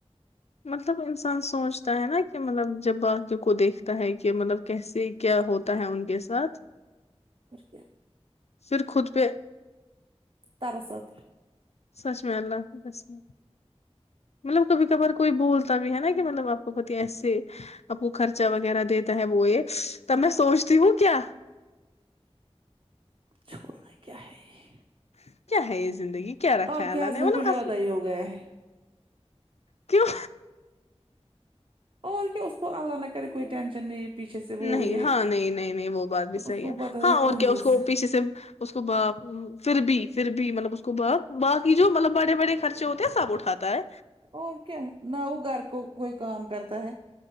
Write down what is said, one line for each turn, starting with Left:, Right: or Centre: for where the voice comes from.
Left: مطلب انسان سوچتا ہے نا کہ مطلب جب بات جو کو دیکھتا ہے کہ مطلب کیسے کیا ہوتا ہے ان کے ساتھ
Right: اور کیا
Left: پھر خود پہ
Right: تر س آتا ہے
Left: سچ میں اللہ کی قسم مطلب بھی کبار کوئی بولتا بھی ہے نا کہ مطلب آپ کو پتی ایسے آپ کو خرچا وغیرہ دیتا ہے وہ ایک تب میں سوچتی ہوں کیا
Right: چھوڑنا کیا ہے یہ
Left: کیا کیا ہےے زندگی کیا رکھا
Right: آپ
Left: اللہ
Right: کے ہسبینڈ
Left: نے مطلب
Right: کو زیادہ
Left: اصل
Right: ہی ہو گیا ہے
Left: کیوں
Right: اور کیا اس کو اللہ نہ کرے کوئی ٹینشن نہیں پیچھے سے وہ
Left: نہیں
Right: یہ
Left: ہاں نہیں نہیں نہیں وہ بات بھی صحیح
Right: اس کو
Left: ہے
Right: پتا
Left: ہاں
Right: وہ
Left: اور
Right: کنجوس
Left: کیا اس کو
Right: ہے
Left: پیچھے سے اس کو باپ پھر بھی پھر بھی مطلب اس کو باپ باقی جو مطلب بڑے بڑے خرچے ہوتے ہیں سب اٹھاتا ہے
Right: اور کیا نہ وہ گھر کو کوئی کام کرتا ہے